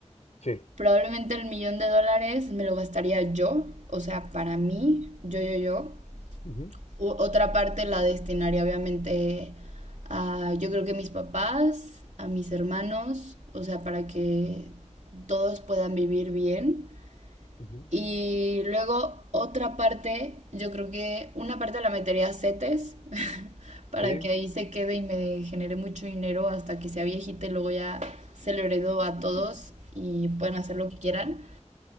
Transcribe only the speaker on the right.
probablemente el millón de dólares me lo gastaría yo, o sea, para mí, yo, yo, yo.
U- otra parte la destinaría obviamente a, yo creo que mis papás, a mis hermanos, o sea, para que todos puedan vivir bien.
Y luego otra parte, yo creo que una parte la metería a CETES, <laughs> para
que ahí se quede y me genere mucho dinero hasta que sea viejita y luego ya se lo heredo a todos y puedan hacer lo que quieran